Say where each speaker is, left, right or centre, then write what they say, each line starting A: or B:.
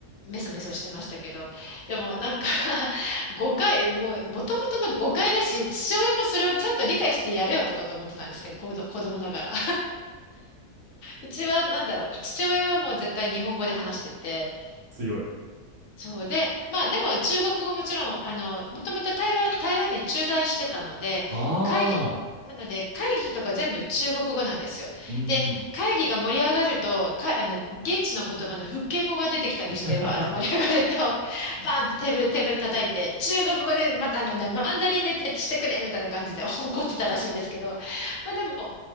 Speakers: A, on the left (about 65°); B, on the right (about 60°).
A: メソメソしてましたけど。でも、なんか <laughs> 誤解、もう、もともとの誤解だし、父親もそれをちゃんと理解してやれよとかと思ってたんですけど、子ど子供ながら。うちはなんだろう、父親はもう絶対日本語で話してて、
B: 強い。
A: そうで、まあでも中国語もちろん、あの、もともと台湾、台湾に駐在してたので、
B: ああ。
A: 会議、なので会議とか全部中国語なんですよ。
B: うんうん。
A: で、会議が盛り上がると、か、あの、現地の言葉の福建語が出てきたりして、
B: <laughs>
A: わーって盛り上がると、<laughs> バーンってテーブル、テーブル叩いて、中国語で、また、あの、マンダリンで徹底してくれみたいな感じで <laughs> 怒ってたらしいんですけど、まあでも、